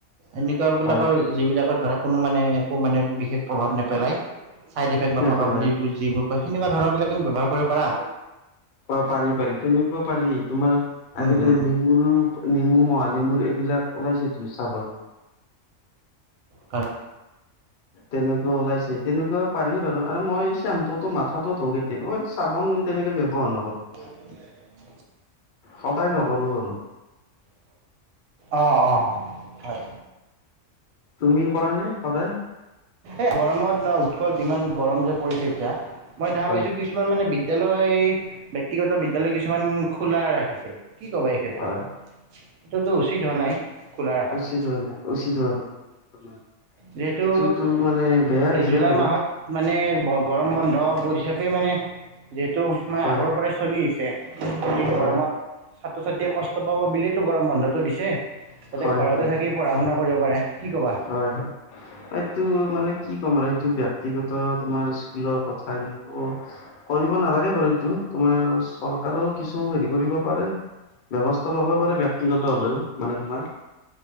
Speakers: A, on the right; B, on the left.
A: এনেকুৱা বিলাকৰ
B: হয়
A: যিবিলাকত ধৰক কোনো মানে একো মানে বিশেষ প্ৰভাৱ নেপেলায় চাইডিফেক্ট নথকা
B: নেপেলাই
A: বুলি যিবোৰ কয় সেনেকুৱা ধৰণৰ বিলাক কিন্তু ব্যৱহাৰ কৰিব পাৰা
B: অ পাৰি পাৰি তেনেকুৱা পাৰি তোমাৰ
A: উম,
B: আজিকালি
A: উম,
B: নেমুৰ নেমু মহা নেমুৰ এইবিলাক ওলাইছে তোৰ হিচাপত
A: হয়
B: তেনেকুৱা ওলাইছে তেনেকুৱা পাৰি বাৰু আৰু মই চেম্পুটো মাথাটো ধু কেতিয়াবা মই চাবোন তেনেকে ব্যৱহাৰ নকৰোঁ
A: <unintelligible>
B: সদায় নকৰোঁ আৰু
A: অঁ অঁ হয়
B: তুমি কৰা নে সদায়
A: এ গৰমত ন উৎক যিমান গৰম যে পৰিছে এতিয়া মই দেখা
B: হয়
A: পাইছোঁ কিছুমান মানে বি বিদ্যালয় ব্যক্তিগত বিদ্যালয় কিছুমান খোলা ৰাখিছে কি ক'বা এই ক্ষেত্ৰত
B: হয়।
A: এইটোতো উচিত হোৱা নাই খোলা ৰখাটো
B: উচিত হোৱা নাই উচিত হোৱা নাই
A: যিহেতু
B: এইটোতো মানে বেয়া হৈছে
A: এই জুলাই
B: বাৰু
A: মাহত মানে গৰম বন্ধ চাপে মানে যিহেতু মানে
B: হয়
A: আগৰ পৰাই চলি আহিছে এই গৰমত
B: হয়
A: ছাত্ৰ ছাত্ৰীয়ে কষ্ট পাব বুলিয়েতো গৰম বন্ধটো দিছে যাতে
B: হয়
A: ঘৰতে
B: হয়
A: থাকি
B: হয়
A: পঢ়া শুনা কৰিব পাৰে কি ক'বা
B: হয় হয় এইটো মানে কি ক'ম আৰু এইটো ব্যক্তিগত তোমাৰ স্কুলৰ কথা কিন্তু কৰিব নালাগে বাৰু এইটো তোমাৰ চৰকাৰেও কিছু হেৰি কৰিব পাৰে ব্যৱস্থা লব পাৰে ব্যক্তিগত হ'লেও মানে তোমাৰ